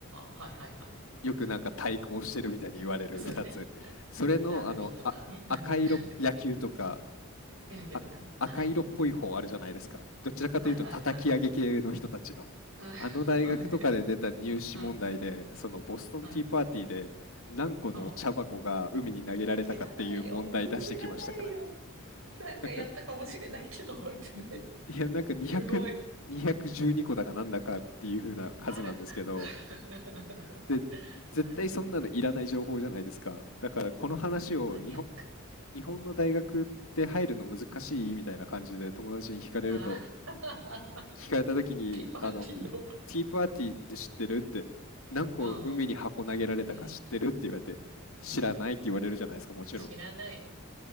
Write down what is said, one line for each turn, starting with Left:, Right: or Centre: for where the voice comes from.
Right: あ、はいはいはい。
Left: よくなんか対抗してるみたいに言われる2つ。
Right: そうですね。えラグビーとかね。
Left: それの、あの、あ、
Right: うんうん。
Left: 赤色野球とか、
Right: <laughs> 野球とかね。
Left: あ、赤色っぽい方あるじゃないですか。
Right: はい。
Left: どちらかというと叩き上げ系の人たちの。
Right: はいはいはい。あ、
Left: あの大学とかで出た入試問題で、
Right: そうね。うん、
Left: そのボストンティーパーティーで何個の茶箱が海に投げられたかっていう問題出してきましたからね。
Right: うん。そう。知らないよ。知らないよ。なんかやったかもしれないけど覚えてない。
Left: だから、んいや、なんか200、
Right: すごい。
Left: 212個だかなんだかっていう風な数なんですけど、
Right: あるんだ。<laughs>
Left: で、絶対そんなのいらない情報じゃないですか。
Right: あるんだ。ね
Left: だからこの話を日本、
Right: うん、マニアック。
Left: 日本の大学って入るの難しいみたいな感じで友達に聞かれると、
Right: ああ、
Left: 聞かれた時に、
Right: <laughs> ティーパーティーの。
Left: あの、ティーパーティーって知ってるって、何個海に箱投げられたか知ってるって言われて、
Right: ああうん。うん。
Left: 知らないって言われるじゃないですか、
Right: うん。
Left: もちろん。
Right: 知らないよ。